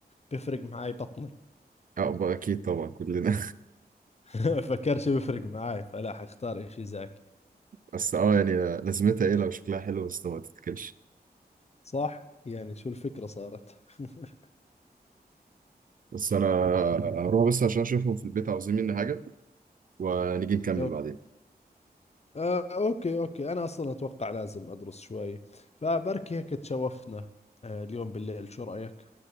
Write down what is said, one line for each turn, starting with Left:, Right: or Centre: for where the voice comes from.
Left: بفرق معي بطني
Right: آه، بقى اكيد طبعا كلنا
Left: <laughs> فكرش بفرق معي فلا حختار إشي زاكي
Right: <laughs> بس اه يعني لازمتها ايه لو شكلها حلو بس ما تتاكلش
Left: صح يعني شو الفكرة صارت <laughs>
Right: بس انا هروح بس عشان اشوفهم في البيت عاوزين مني حاجه ونيجي نكمل
Left: لو
Right: بعدين
Left: آه أوكي أوكي أنا أصلا أتوقع لازم أدرس شوي فبركي هيك تشوفنا آه اليوم بالليل شو رأيك